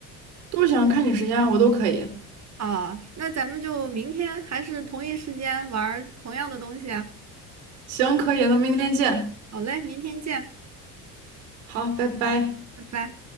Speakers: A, on the right; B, on the right.
A: 都行看你时间啊，我都可以。
B: 哦，那咱们就明天还是同一时间玩儿同样的东西啊。
A: 行，可以，那明天见。
B: 好嘞，明天见，
A: 好，拜拜。
B: 拜拜。